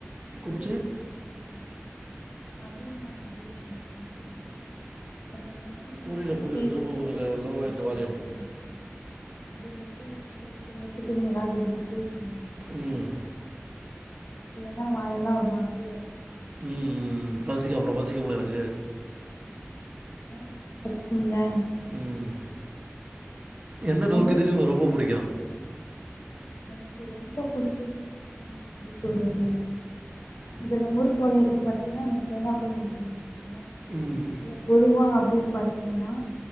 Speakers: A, on the left; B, on the right.
A: அதுவு
B: குச்சி
A: எனக்கு ரொம்ப புடிக்கு அதுவு நா நறையவே வாங்கி சாப்புடுவே எனக்குமே மேக்ஸிமம்
B: புரியல
A: இந்த நைட்
B: புரியல
A: டையத்துல
B: திரும்ப
A: தா
B: கொஞ்சம்
A: எனக்கு
B: லோவாகிட்டு
A: பசி
B: வால்யூம்
A: அதிகமா எடுக்கு அப்புடீங்கிறப்போ திங்கறதுக்கு நொறுக்கு தீனி எதாவது இருந்துட்டே இருக்குனோ எனக்கு
B: ம்
A: இல்லனா வாயல்லா ஒரு மாதிரியா இருக்கு
B: ம் ம் ம் பசிக்கோ அப்புறோ பசிக்கும்ல எனக்கு
A: ஆமா பசிக்கும்ல
B: ம் எந்த நொற்குதீனி
A: உங்களுக்கு
B: உங்குளுக்கு ரொம்ப புடிக்கோ
A: எனக்கு ரொம்ப புடிச்சதுன்னு சொன்னா எப்டி சொல்றது இப்ப இந்த முறுக்கு வகைகள் பாத்தீங்கன்னா எனக்கு தேங்கா பால் முறுக்கு ரொம்ப புடிக்கோ
B: ம்
A: இல்ல பொதுவா அப்டீன்னு பாத்தீங்கன்னா